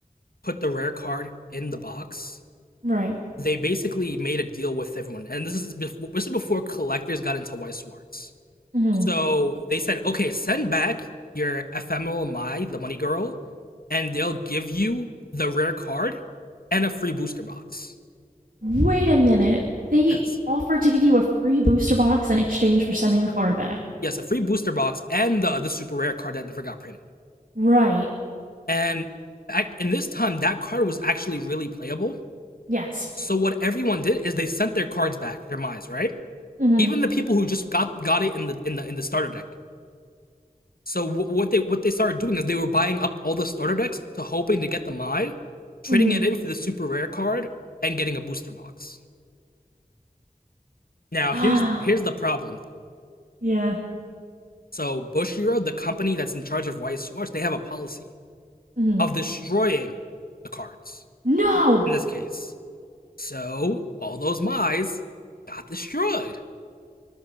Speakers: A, on the left; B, on the right.
A: put the rare card in the box,
B: Right.
A: they basically made a deal with everyone. And this is before, this is before collectors got into White Swartz.
B: Mm-hmm.
A: So they said, okay, send back your ephemeral Mai, the money girl, and they'll give you the rare card and a free booster box.
B: Wait a minute. They
A: Yes.
B: offered to give you a free booster box in exchange for sending the card back.
A: Yes, a free booster box and the, the super rare card that never got printed.
B: Right.
A: And back, in this time, that card was actually really playable.
B: Yes.
A: So what everyone did is they sent their cards back, their Mai's, right?
B: Mm
A: Even the people who just got got it in the in the in the starter deck, So what they what they started doing is they were buying up all the starter decks to hoping to get the Mai, trading
B: hmm. Mm
A: it
B: hmm.
A: in for the super rare card and getting a booster box. Now
B: Ah,
A: here's here's the problem though.
B: <gasps> yeah.
A: So Bushiro, the company that's in charge of White Swartz, they have a policy
B: Mm hmm.
A: of destroying the cards
B: No!
A: in this case. So all those Mai's got destroyed.